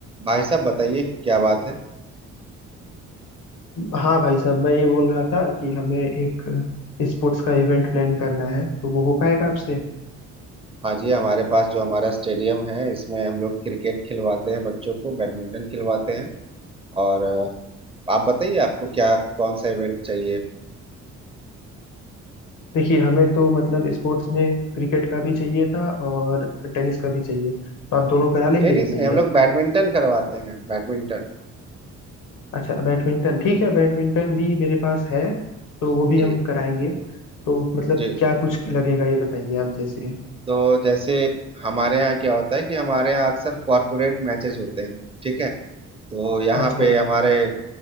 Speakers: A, on the right; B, on the left.
A: भाई साहब बताइए क्या बात है
B: हाँ भाई साहब मैं ये बोल रहा था कि हमें एक स्पोर्ट्स का इवेंट प्लान करना है तो वो हो पाएगा आपसे
A: हाँ जी हमारे पास जो हमारा स्टेडियम है इसमें हम लोग क्रिकेट खिलवाते हैं बच्चों को बैडमिंटन खिलवाते हैं और अ, आप बताइए आपको क्या कौन सा इवेंट चाहिए
B: देखिए हमें तो मतलब स्पोर्ट्स में क्रिकेट का भी चाहिए था और टेनिस का भी चाहिए तो आप दोनों करा लेंगे
A: टेनिस
B: बताइए
A: नहीं हम लोग बैडमिंटन करवाते हैं बैडमिंटन
B: अच्छा बैडमिंटन ठीक है बैडमिंटन भी मेरे पास है तो वो भी
A: जी
B: हम कराएंगे तो मतलब
A: जी
B: क्या
A: जी
B: कुछ लगेगा ये बताइए आप जैसे
A: तो जैसे हमारे यहाँ क्या होता है कि हमारे यहाँ अक्सर कॉरपोरेट मैचेस होते हैं ठीक है तो यहाँ
B: अच्छा
A: पे हमारे